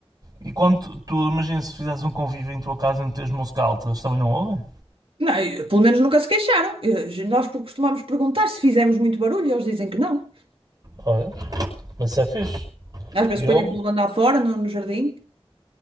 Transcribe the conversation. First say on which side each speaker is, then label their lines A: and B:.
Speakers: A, on the right; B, on the right.
A: E quando tu, tu imagina se fizesse um convívio em tua casa e meteres música alta, eles também não ouvem?
B: Não, e, pelo menos nunca se queixaram. E, eh, Nós costumamos perguntar se fizemos muito barulho e eles dizem que não.
A: Olha, mas isso é fixe.
B: Às vezes
A: Eu,
B: ponho a coluna lá fora, no, no jardim.